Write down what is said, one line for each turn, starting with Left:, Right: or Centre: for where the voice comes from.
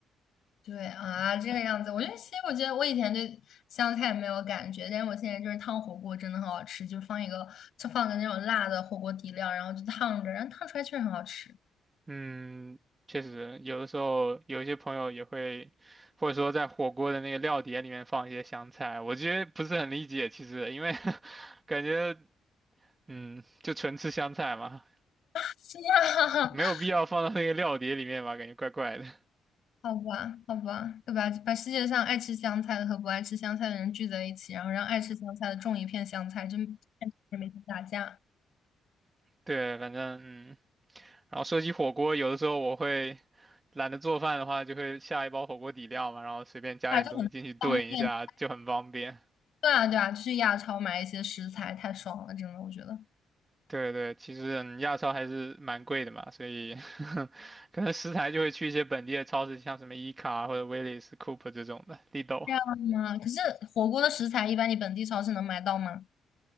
Left: 对啊，这个样子，我觉得其实我觉得我以前对香菜没有感觉，但是我现在就是烫火锅真的很好吃，就放一个就放个那种辣的火锅底料，然后就烫着，然后烫出来确实很好吃。
Right: 嗯，确实，有的时候有一些朋友也会，或者说在火锅的那个料碟里面放一些香菜，我其实不是很理解，其实因为 <laughs> 感觉嗯，就纯吃香菜嘛，
Left: <laughs> 是呀，
Right: 没有必要放到那个料碟里面吧，
Left: <laughs>
Right: 感觉怪怪的。
Left: 好吧，好吧，对吧？把世界上爱吃香菜的和不爱吃香菜的人聚在一起，然后让爱吃香菜的种一片香菜，就每天打架，
Right: <laughs> 对，反正嗯，然后说起火锅，有的时候我会懒得做饭的话，就会下一包火锅底料嘛，然后随便加点东西进去炖一下，
Left: 打架很方便。
Right: 就很方便。
Left: 对啊，对啊，去亚超买一些食材太爽了，真的，我觉得。
Right: 对对，其实嗯亚超还是蛮贵的嘛，所以 <laughs> 可能食材就会去一些本地的超市，像什么伊卡或者威利斯、Coop 这种的，Lidl。
Left: 这样吗？可是火锅的食材一般你本地超市能买到吗？